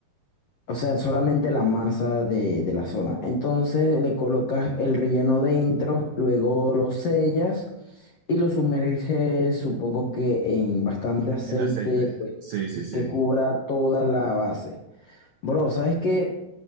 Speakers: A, on the left; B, on the right.
A: o sea, solamente la masa de, de la zona. Entonces le colocas el relleno dentro, luego lo sellas y lo sumerges, supongo que en bastante aceite,
B: en aceite.
A: pues,
B: Sí, sí, sí.
A: que cubra toda la base. Bro, ¿sabes qué?